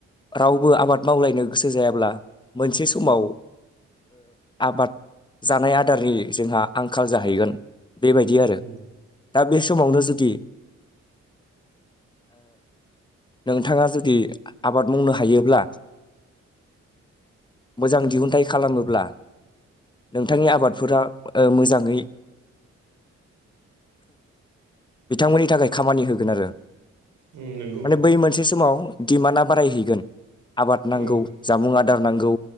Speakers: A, on the left; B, on the right.
A: रावबो आबाद मावलायनो गोसो जायाब्ला मोनसे समाव आबाद जानाय आदारनि जोंहा आंखाल जाहैगोन बेबायदि आरो
B: उम
A: दा बे समावनो जुदि नोंथाङा जुदि आबाद मावनो हायोब्ला मोजां दिहुनथाइ खालामोब्ला नोंथांनि आबादफोरा मोजाङै बिथांमोननि थाखाय खामानि होगोन आरो
B: उम नंगौ
A: माने बै मोनसे समाव डिमान्डआ बारायहैगोन आबाद नांगौ
B: ओ
A: जामुं आदार नांगौ